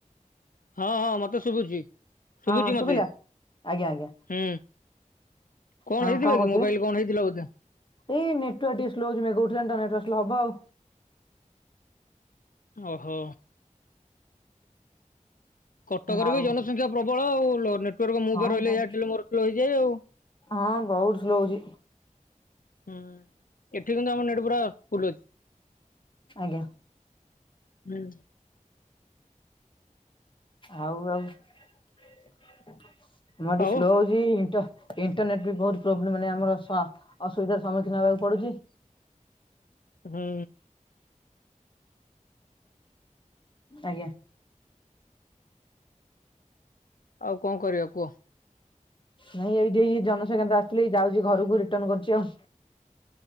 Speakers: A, on the left; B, on the left.
A: ହଁ ହଁ ମତେ ଶୁଭୁଛି ଶୁଭୁଛି
B: ହଁ ହଁ
A: ମତେ
B: ଶୁଭିଲା ଆଜ୍ଞା ଆଜ୍ଞା।
A: ହୁଁ। କଣ
B: ହଁ
A: ହେଇଥିଲା
B: କହୁଥିଲେ
A: କି ମୋବାଇଲ କଣ ହେଇଥିଲା ବୋଧେ?
B: ଏଇ ନେଟୱାର୍କ ଟିକେ ସ୍ଲୋ ହୋଉଛି ମେଘ ଉଠେଇଲା ତ ଆ ନେଟାର୍କ ସ୍ଲୋ ହବ ଆଉ।
A: ଓହୋ। କଟକରେ
B: ଆଉ
A: ବି ଜନସଂଖ୍ୟା ପ୍ରବଳ ଆଉ ନେଟୱାର୍କ ମୁପା
B: ହଁ
A: ରହିଲେ
B: ବା
A: ଏୟାଟେଲ ମୋରୋ ହେଇଯାଏ ଆଉ।
B: ହଁ ବହୁତ ସ୍ଲୋ ହଉଛି।
A: ହୁଁ ଏଠି କିନ୍ତୁ ଆମ ନେଟ ପୁରା ଫୁଲ ଅଛି।
B: ଆଜ୍ଞା।
A: ହୁଁ।
B: ଆଉ ଆଉ ଏନା ଟିକଲୋ
A: ଆଉ
B: ସ୍ଲୋ ହଉଛି ଈଂଟ ଇଣ୍ଟରନେଟ୍ ବି ବହୁତ ପ୍ରୋବ୍ଲେ ମାନେ ଆମର ସ ଅସୁବିଧାର ସମ୍ମୁଖୀନ ହେବାକୁ ପଡୁଛି।
A: ହୁଁ
B: ଆଜ୍ଞା।
A: ଆଉ କଣ କରିବା କୁହ?
B: ନାଇଁ ଏଇଠି ଏ ଜନସ୍ୱବା କେନ୍ଦ୍ର ଆସିଥିଲେ ଏଇ ଯାଉଛି ଘରକୁ ରିଟର୍ଣ କରୁଛି ଆଉ।